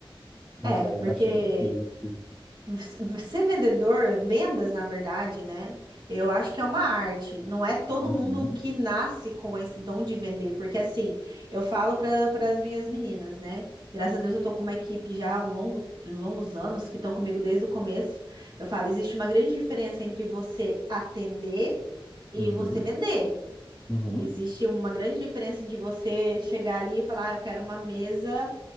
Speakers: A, in the centre; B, on the right.
A: mas
B: É,
A: vai abaixando
B: porque
A: o pique.
B: v- ser vendedor, vendas, na verdade, né? Eu acho que é uma arte. Não é todo
A: Uhum,
B: mundo que nasce com esse dom de vender, porque assim, eu falo para as minhas meninas, né? Graças a Deus eu tô com uma equipe já há um longo, longos anos que estão comigo desde o começo. Eu falo, existe uma grande diferença entre você atender e
A: uhum,
B: você vender.
A: uhum,
B: Existe uma grande diferença de você chegar ali e falar, ah, eu quero uma mesa